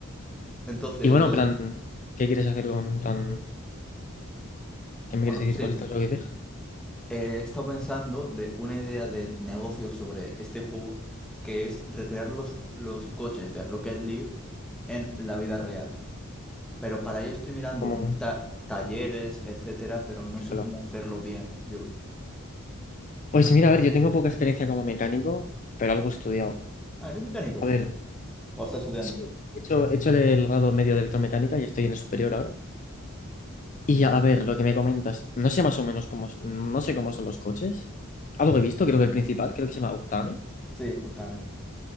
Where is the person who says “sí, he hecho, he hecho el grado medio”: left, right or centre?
Left